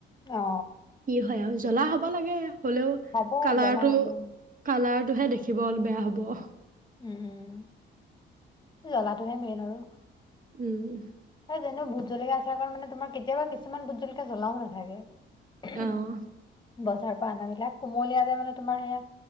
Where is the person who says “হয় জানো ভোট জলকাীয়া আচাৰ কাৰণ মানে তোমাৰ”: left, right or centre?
Left